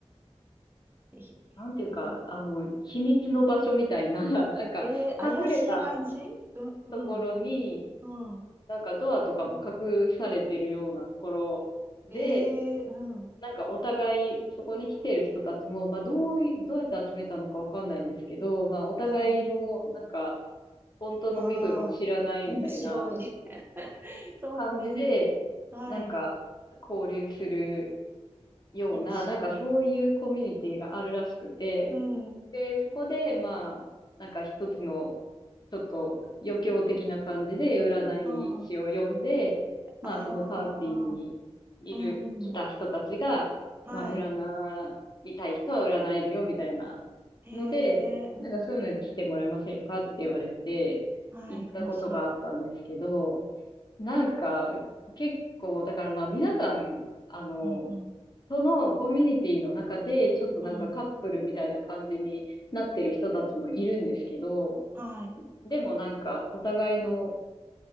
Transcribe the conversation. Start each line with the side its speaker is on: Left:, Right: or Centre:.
Right: え、
Left: なんていうか、
Right: うん、
Left: あの、秘密の場所みたいな、<laughs> なんか、
Right: えー、怪しい感じうん。
Left: 隠れた
Right: うん。
Left: ところに、
Right: うん。
Left: なんかドアとかも隠されてるようなところで、
Right: ええうん。
Left: なんかお互い、そこに来てる人たちも、まあ、どうい、どうやって集めたのかわかんないんですけど、まあ、お互いの、
Right: はい。
Left: なんか、本当の身分は知らないみたいな
Right: ああ、面白い。<laughs> そん、
Left: 感じで、
Right: うん。はい。
Left: なんか、交流するような、
Right: 面白い。
Left: なんかそういうコミュニティがあるらしくて、
Right: うん。
Left: で、そこで、まあ、なんか一つの、ちょっと余興的な感じで、占い師を呼んで、
Right: うん。
Left: まあ、
Right: ああ、
Left: そのパーティーにいる、
Right: うんうん。
Left: 来た人たちが、
Right: はい。
Left: まあ、占いたい人は占えるよ、みたいなので、
Right: へえ、うん。
Left: なんかそういうので来てもらえませんかって言われて、
Right: はい。
Left: 行ったことがあったんですけど、
Right: 面白い。
Left: なんか、結構、だからまあ皆さん、あの、
Right: うんうん。
Left: そのコミュニティの中で、ちょっとなんかカップルみたいな感じになってる人たちもいるんですけど、
Right: うん。はい。
Left: でもなんかお互いの、